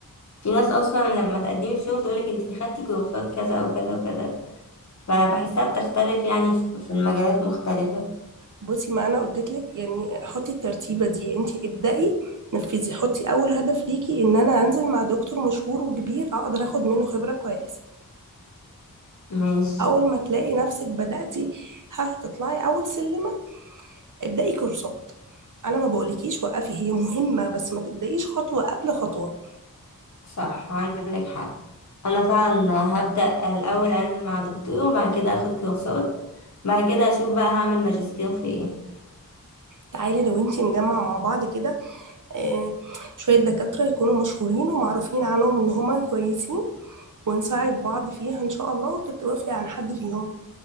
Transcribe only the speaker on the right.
بصي ما انا قلت لك يعني حطي الترتيبه دي انت ابدأي نفذي حطي اول هدف ليكي ان انا انزل مع دكتور مشهور وكبير اقدر اخد منه خبره كويسه
اول ما تلاقي نفسك بدأتي هتطلعي اول سلم ابدأي كورسات انا ما بقولكيش وقفي هي مهمة بس ما تبدأيش خطوة قبل خطوة
تعالي لو انتي نجمع مع بعض كده آه، شوية دكاترة يكونوا مشهورين ومعروفين عنهم ان هما كويسين ونساعد بعض فيها ان شاء الله وتتوافقي عن حد فيهم